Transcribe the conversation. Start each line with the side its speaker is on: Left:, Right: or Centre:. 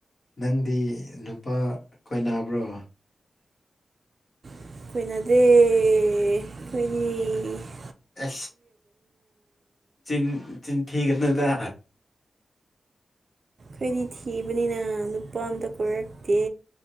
Left: ꯅꯪꯗꯤ ꯅꯨꯄꯥ ꯀꯣꯏꯅꯥꯕ꯭ꯔꯣ
Right: ꯑꯩꯈꯣꯏꯅꯗꯤꯦ ꯑꯩꯈꯣꯏꯒꯤ
Left: ꯁ ꯆꯤꯟ ꯆꯤꯟꯤꯟꯊ ꯀ ꯑꯗꯨꯗ
Right: ꯑꯩꯈꯣꯏꯗꯤ ꯊꯤꯕꯅꯤꯅ ꯅꯨꯄꯥ ꯑꯝꯇ ꯀꯣꯏꯔꯛꯇꯦ